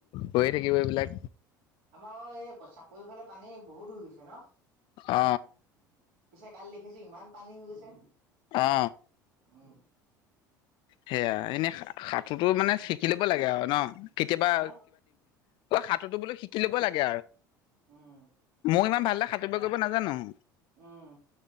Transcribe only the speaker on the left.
হৈয়ে থাকিব এইবিলাক
অ
অ
সেইয়া এনে সাতোটো টো মা শিকি ল'ব লাগে কেতিয়াবা
সাতুটো অ'শিকি ল'ব লাগে
মই ইমান ভালকে সাতুঁৰিব কৰিব নাজানো৷